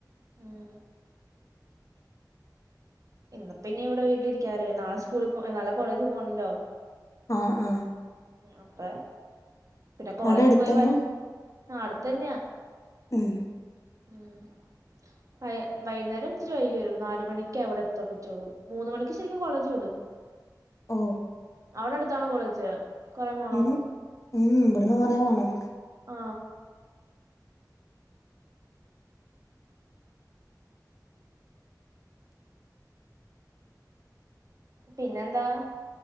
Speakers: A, on the right (about 50°); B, on the left (about 50°).
A: ഉം ഇന്നിപ്പോ ഇനി ഇവിടെ വീട്ടിലിരിക്കാലോ നാളെ സ്കൂള് പോ നാളെ കോളേജിൽ പോണല്ലോ
B: ആ ആ
A: അപ്പെ പിന്നെ കോളേജി
B: അവിടെ അടുത്തന്നെ
A: പോയ വ ആ അട്ത്തെന്നാ
B: ഉം
A: ഉം വൈ വൈന്നേരം ഇച്ചിരി വൈകിവരുള്ളു നാല് മണിക്ക വടെ <unintelligible> മൂന്ന് മണിക്ക് ശെരിക്കും കോളേജ് വിടും
B: ഓ
A: അവിടെട്ത്താണോ കോളേജ് കൊറെ പോണോ
B: ഉം ഉം ഇവ്ട്ന്ന് കൊറെ പോണം
A: ആ പിന്നെന്താ